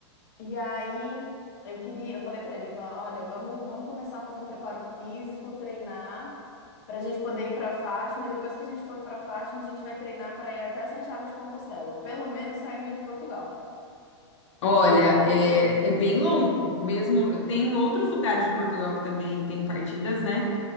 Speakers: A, on the left; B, on the left.
A: E aí eu queria, eu falei pra ele, va- olha, vamos, vamos começar a fazer um preparo físico, treinar pra gente poder ir pra Fátima e depois que a gente for pra Fátima, a gente vai treinar pra ir até Santiago de Compostela, pelo menos saindo de Portugal.
B: Olha, é, é bem longo. Mesmo tem outros lugares de Portugal que também tem partidas, né?